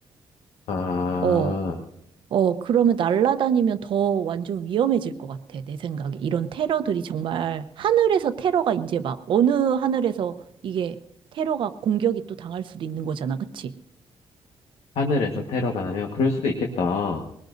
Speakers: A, on the left; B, on the right.
A: 아,
B: 어, 어, 그러면 날아다니면 더 완전 위험해질 것 같아. 내 생각에. 이런 테러들이 정말, 하늘에서 테러가 이제 막, 어느 하늘에서 이게 테러가 공격이 또 당할 수도 있는 거잖아. 그치?
A: 하늘에서 테러가 나면 그럴 수도 있겠다.